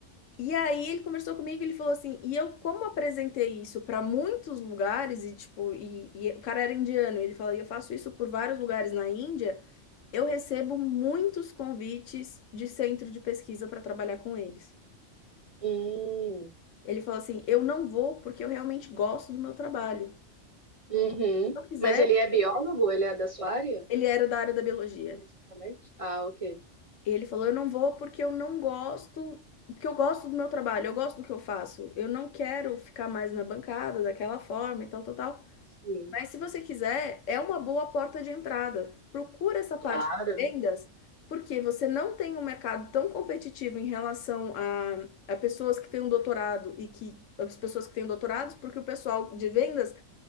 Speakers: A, on the left; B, on the right.
A: E aí ele conversou comigo, ele falou assim, e eu como apresentei isso para muitos lugares e tipo, e, e o cara era indiano, ele falou, e eu faço isso por vários lugares na Índia, eu recebo muitos convites de centro de pesquisa para trabalhar com eles.
B: Hum,
A: Ele falou assim, eu não vou porque eu realmente gosto do meu trabalho.
B: uhum.
A: Se eu quiser,
B: Mas ele é biólogo? Ele é da sua área,
A: ele era da área da biologia.
B: especificamente? Ah, ok.
A: Ele falou, eu não vou porque eu não gosto, porque eu gosto do meu trabalho, eu gosto do que eu faço. Eu não quero ficar mais na bancada daquela forma e tal, tal, tal.
B: Sim.
A: Mas se você quiser, é uma boa porta de entrada. Procura essa
B: Claro.
A: parte de vendas, porque você não tem um mercado tão competitivo em relação a, a pessoas que têm um doutorado e que as pessoas que têm doutorados, porque o pessoal de vendas